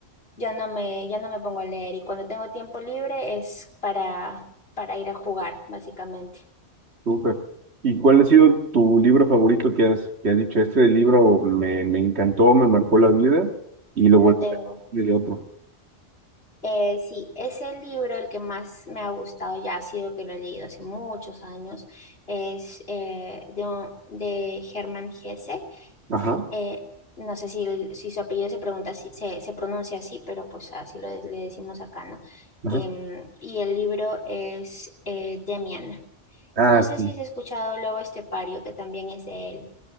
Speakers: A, on the left; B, on the right.
A: ya no me, ya no me pongo a leer. Y cuando tengo tiempo libre es para, para ir a jugar, básicamente.
B: Súper. ¿Y cuál ha sido tu libro favorito que has, que has dicho? Este libro me, me encantó, me marcó la vida y lo
A: Lo
B: volví
A: tengo.
B: a leer de otro.
A: Eh, sí, es el libro el que más me ha gustado, ya ha sido que lo he leído hace muchos años, es eh, de, un- de Hermann Hesse.
B: Ajá,
A: Eh, no sé si, el- si su apellido se pregunta así- se, se pronuncia así, pero pues así lo, le decimos acá, ¿no?
B: ajá.
A: Em, y el libro es eh, Demian.
B: Ah,
A: No sé
B: sí.
A: si has escuchado Lobo Estepario, que también es de él.